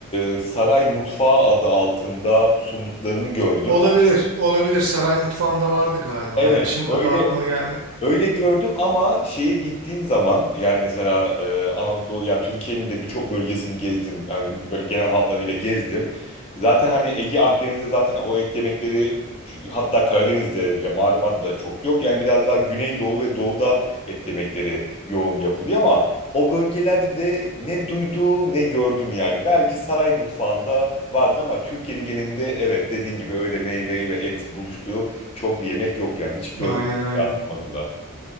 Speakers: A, on the left (about 25°); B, on the right (about 80°).
A: e, saray mutfağı adı altında sunduklarını gördüm.
B: Olabilir, olabilir. Saray mutfağında vardı galiba
A: Evet
B: ya. Şimdi
A: öyle
B: adı aklıma gelmedi.
A: Öyle gördüm ama şeye gittiğin zaman yani mesela e, Anadolu yani Türkiye'nin de birçok bölgesini gezdim. Yani böyle genel hatlarıyla gezdim. Zaten hani Ege Akdeniz'de zaten o et yemekleri ç- hatta Karadeniz'de ya Marmara'da çok yok. Yani biraz daha Güneydoğu ve Doğu'da et yemekleri yoğun yapılıyor ama o bölgelerde de ne duydum ne gördüm yani. Belki saray mutfağında vardır ama Türkiye'nin genelinde evet dediğin gibi öyle meyve ve et buluştuğu çok bir yemek yok yani hiç görmedim
B: Aynen aynen.
A: rastlamadım da.